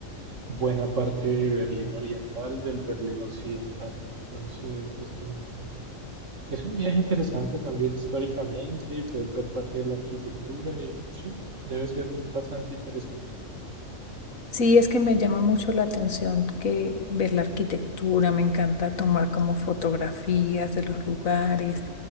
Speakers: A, on the right; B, on the left.
A: buena parte de Berlín Oriental del Berlín Occidental. Entonces, es un, es un viaje interesante también históricamente, puedes ver parte de la arquitectura y pues, sí, debe ser bastante interesante.
B: Sí, es que me llama mucho la atención que ver la arquitectura, me encanta tomar como fotografías de los lugares